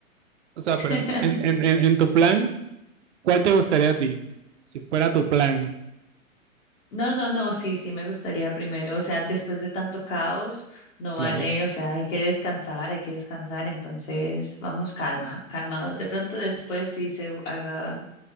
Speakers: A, on the right; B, on the left.
A: O sea,
B: <laughs>
A: pero en, en, en, en en tu plan, ¿cuál te gustaría a ti? Si fuera tu plan,
B: No, no, no, sí, sí me gustaría primero, o sea, después de tanto caos, no
A: claro.
B: vale, o sea, hay que descansar, hay que descansar, entonces vamos calma, calmados. De pronto después sí se haga,